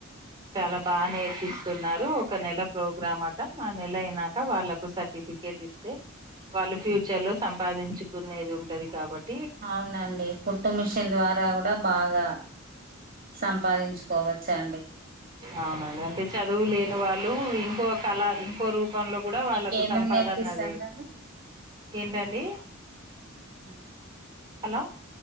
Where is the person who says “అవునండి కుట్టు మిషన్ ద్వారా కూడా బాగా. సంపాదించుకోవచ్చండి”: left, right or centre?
Right